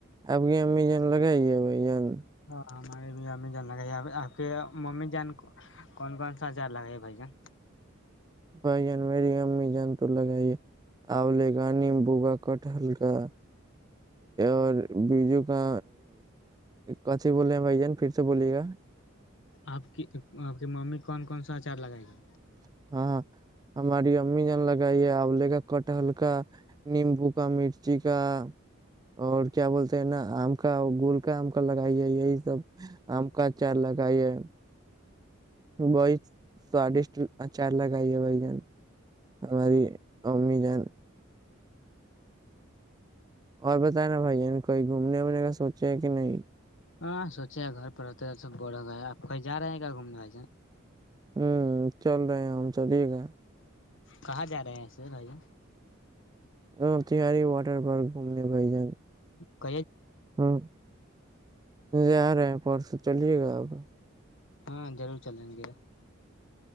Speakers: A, on the right; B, on the left.
A: آپ کی امیزان لگائیے بھائی جان
B: ہاں ہمارے بھی امی جان لگائی آپ کے ممی جان کون کون سا اچار لگائے گ بھائی جان
A: بھائی جان میری امی جان تو لگائیے آوولے کاا نیمبو کا کٹہل کاا اور بیجو کا کسی بولے ہیں بھائی جان پھر سے بولیے گا
B: آپ کی آپ کے مامی کون کون سا اچار لگائے گا
A: ہاں ہاں ہماری امی نے لگائی ہے اور لے کاا کٹہل کا نیمبو کا مرچی کا اور کیا بولتے ہیں نا آم کا گول کا آم کا لگائیے یہی سب آم کا چار لگائیے بت سوادشٹ اچار لگائی ہے بھائی جان ہماری امی جان اور بتائے نا بھائیین کوئی گھومنے ونے کا سوچے ہے کہ نہیں
B: ہاں سوچے گھر پر ہوتے سب بڑ ہو گا آپ کویں جا رہے ہیں گا گھومنے وس
A: ہوں چل رہے ہیں ہم چلیے گا
B: کہاں جا رہے ہیں ایسے بھیا
A: ہاں تہاری واٹر پارک گھومنے بھائی جان
B: ہ
A: ہوں ی رہے ہے اور سے چلیے گا آب
B: ہاں ضرور چلیں گے